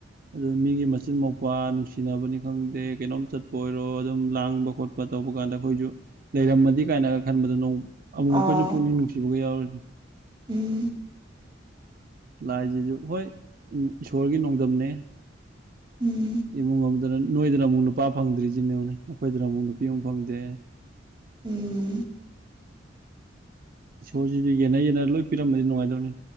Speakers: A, on the right; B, on the right.
A: ꯑꯗꯨ ꯃꯤꯒꯤ ꯃꯆꯤꯟ ꯃꯧꯄꯥ ꯅꯨꯡꯁꯤꯅꯕꯅꯤ ꯈꯪꯗꯦ ꯀꯩꯅꯣꯝ ꯆꯠꯄ ꯑꯣꯏꯔꯣ ꯑꯗꯨꯝ ꯂꯥꯡꯕ ꯈꯣꯠꯄ ꯇꯧꯕ ꯑꯗꯨ ꯀꯥꯟꯗ ꯑꯩꯈꯣꯏꯁꯨ ꯂꯩꯔꯝꯃꯗꯤ ꯀꯥꯏꯅꯒ ꯈꯟꯕꯗꯣ ꯑꯃꯨꯃꯨꯛꯀꯁꯨ
B: ꯑꯣ
A: ꯄꯨꯛꯅꯤꯡ ꯅꯨꯡꯁꯤꯕꯒ ꯌꯥꯎꯔꯤꯅꯤ
B: ꯎꯝ
A: ꯂꯥꯏꯖꯤꯖꯨ ꯍꯣꯏ ꯏꯁꯣꯔꯒꯤ ꯅꯣꯡꯗꯝꯅꯦ
B: ꯎꯝ
A: ꯏꯃꯨꯡ ꯑꯃꯗꯅ ꯅꯣꯏꯗꯅ ꯑꯃꯨꯛ ꯅꯨꯄꯥ ꯐꯪꯗ꯭ꯔꯤꯁꯤꯅꯦ ꯌꯦꯡꯉꯨꯅꯦ ꯑꯩꯈꯣꯏꯗꯅ ꯑꯃꯨꯛ ꯅꯨꯄꯤ ꯑꯃꯨꯛ ꯐꯪꯗꯦ
B: ꯎꯝ
A: ꯏꯁꯣꯔꯖꯤꯖꯨ ꯌꯦꯟꯅ ꯌꯦꯟꯅꯔ ꯂꯣꯏ ꯄꯤꯔꯝꯃꯗꯤ ꯅꯨꯡꯉꯥꯏꯗꯧꯅꯦ